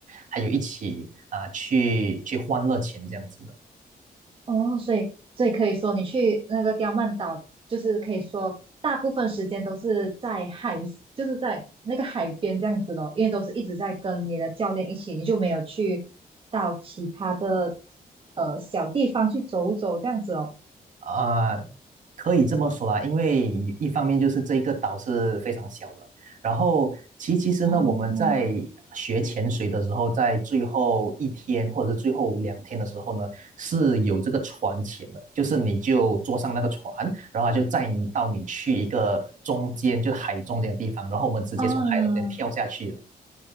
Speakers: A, on the right; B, on the right.
A: 还有一起啊、去去欢乐潜这样子的。
B: 哦，所以所以可以说，你去那个刁曼岛，就是可以说大部分时间都是在海，就是在那个海边这样子咯，因为都是一直在跟你的教练一起，你就没有去到其他的呃小地方去走走这样子咯。
A: 啊、可以这么说啦，因为一方面就是这一个岛是非常小的，然后其其实呢，
B: 哦，
A: 我们在学潜水的时候，在最后一天或者是最后两天的时候呢，是有这个船潜的，就是你就坐上那个船，然后它就载你到你去一个中间，就是海中间的地方，然后我们直接从海中间跳下去了。
B: 啊，